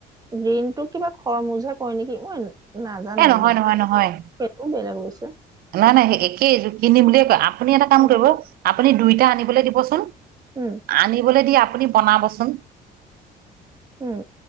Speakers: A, on the right; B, on the right.
A: গ্ৰীণটো কিবা খৰমুজহে কয় নেকি মই নাজানো
B: এ নহয়
A: ৰবা
B: নহয় নহয়
A: সেইটোও বেলেগৈ হৈছে
B: নহয় নাই একেই জোৰ কিনম বুলিয়ে কয় আপুনি এটা কাম
A: উম,
B: কৰিব আপুনি দুইটা আনিবলৈ দিবচোন
A: উম,
B: আনিবলৈ দিিয় আ আপুনি বনাবচোন
A: উম,